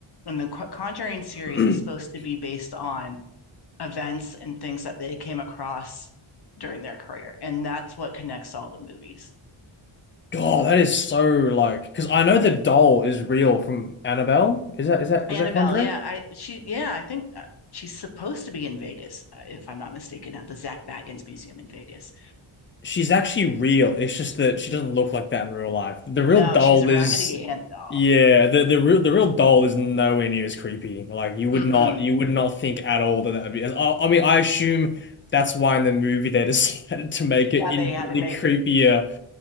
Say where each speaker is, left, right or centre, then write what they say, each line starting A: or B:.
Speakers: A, on the left (about 50°); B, on the left (about 25°).
A: And the Conjuring series
B: <clears throat>
A: is supposed to be based on events and things that they came across during their career. And that's what connects all the movies.
B: God, that is so like because I know the doll is real from Annabelle. Is that is that
A: Annabelle,
B: is that Conjuring?
A: yeah, I she yeah, I think uh, she's supposed to be in Vegas, uh, if I'm not mistaken, at the Zach Baggins Museum in Vegas.
B: She's actually real. It's just that she doesn't look like that in real life. The real
A: No,
B: doll
A: she's a
B: is,
A: Raggedy Ann doll.
B: yeah, the the real the real doll is nowhere near as creepy. Like you would
A: Mm-mm.
B: not you would not think at all that that would be. I, I mean, I assume that's why in the movie they <laughs> decided to make it
A: Yeah, they
B: infinitely
A: had to make
B: creepier.
A: it.